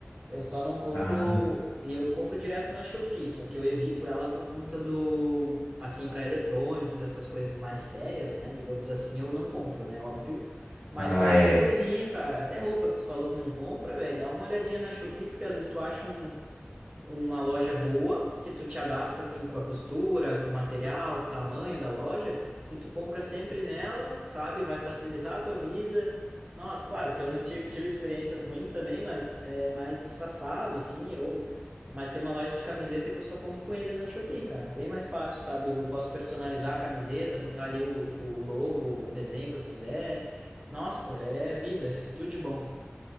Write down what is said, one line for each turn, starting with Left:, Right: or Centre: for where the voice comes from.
Right: Eu só não compro,
Left: Ah,
Right: e eu compro direto na Shopee, só que eu evito ela por conta do, assim, para eletrônicos, essas coisas mais sérias, né? Digamos assim, eu não compro, né? Óbvio. Mas
Left: ah,
Right: qualquer
Left: é.
Right: coisinha, cara, até roupa que tu falou que não compra, velho, dá uma olhadinha na Shopee, porque às vezes tu acha um uma loja boa, que tu te adapta assim com a costura, com o material, com o tamanho da loja, e tu compra sempre nela, sabe? Vai facilitar a tua vida. Nossa, claro que eu não tive, tive experiências ruins também, mas é mais espaçado, assim, ou... Mas tem uma loja de camiseta que eu só compro com eles na Shopee, cara. Bem mais fácil, sabe? Eu posso personalizar a camiseta, botar ali o, o logo, o desenho que eu quiser. Nossa, é vida, <laughs> tudo de bom.